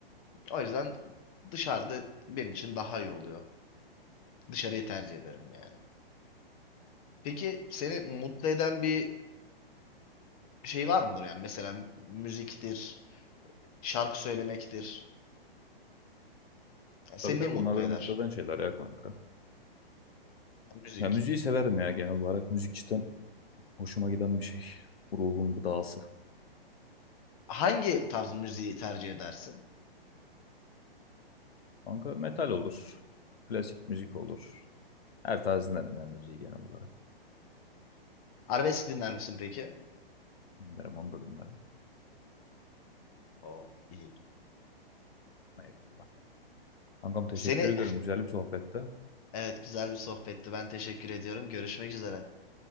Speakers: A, on the left; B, on the left.
A: O yüzden dışarıda benim için daha iyi oluyor. Dışarıyı tercih ederim yani. Peki seni mutlu eden bir şey var mıdır yani? Mesela müziktir, şarkı söylemektir. Yani seni
B: Tabii tabii
A: ne mutlu
B: bunlar beni
A: eder?
B: mutlu eden şeyler ya kanka.
A: Yani müzik.
B: Ya müziği severim ya genel olarak. Müzik cidden hoşuma giden bir şey. Ruhun gıdası.
A: Hangi tarz müziği tercih edersin?
B: Kanka metal olur. Klasik müzik olur. Her tarz dinlerim ya müziği genel olarak.
A: Arabesk dinler misin peki?
B: Dinlerim onu da dinlerim.
A: Oo, iyi.
B: Eyvallah. Kankam teşekkür
A: Seni,
B: ediyorum. Güzel bir sohbette.
A: <laughs> evet güzel bir sohbetti. Ben teşekkür ediyorum. Görüşmek üzere.